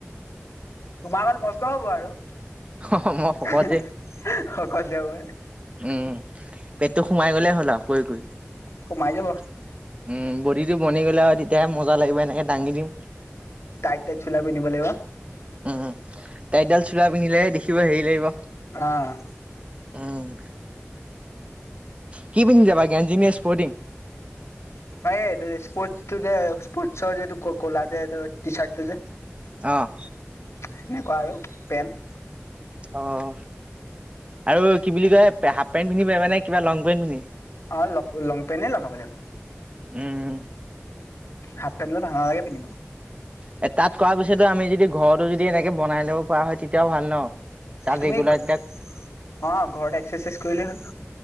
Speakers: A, on the left (about 80°); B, on the right (about 25°).
A: তোমাৰ অণ কষ্ট হব আৰু
B: উম মই শকত
A: শকত
B: যে
A: যাব।
B: উম', পেটটো সোমাই গ'লেই হ'ল আৰু কৰি কৰি। উম',
A: সোমাই যাব
B: বডি টো বনি গ'লে আৰু তেতিয়াহে মজা লাগিব এনেকে দাঙি দিম।
A: টাইত টাইত চোলা লাগিব।
B: উম', তাইৰতডাল চলা পিন্ধিলেহে দেখিব হেৰি লাগিব।
A: অ',
B: উম', কি পন্ধ যাবা গজ্ঞি নে স্পৰ্টং।
A: <unintelligible> স্পৰ্ট তটো যে স্পৰ্ট চ যে ক'লা যে টি চাৰট তটো যে
B: অ',
A: সেনেকুৱা আৰু পেনট।
B: অ', আৰু কি বুলি কয় হাফ পেণ্ট পিন্ধি পাৰিবা নে কিবা লং পেণ্ট পিন্ধি
A: অ', লং পেণ্টে লগাব লাগিব।
B: উম',
A: হাফ পেণ্ট দাল ভাল নালাগে পিন্ধিব।
B: এ, তাত কৰা পিছতো যদি ঘৰতো এনেকে বনাই ল'ব পৰা হয় তেতিয়াও ভাল ন'। তাত
A: তুমি
B: ৰেগুলাৰ
A: অ',
B: তাক
A: ঘৰত এক্সাৰচাইজ কৰিলেই হ'ল।